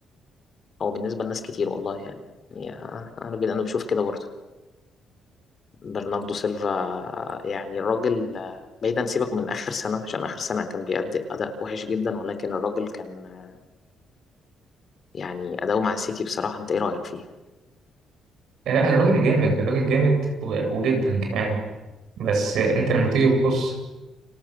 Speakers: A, on the left; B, on the right.
A: او بالنسبه لناس كتير والله يعني يعني انا ب- انا بشوف كده برضه برناردو سيلفا يعني الراجل آه، بعيدا سيبك من اخر سنه عشان اخر سنه كان بيأدي اداء وحش جدا ولكن الراجل كان آه، يعني اداؤه مع السيتي بصراحه انت ايه رايك فيه
B: آه، لا الراجل جامد الراجل جامد و- وجدا كمان بس انت لما تيجي تبص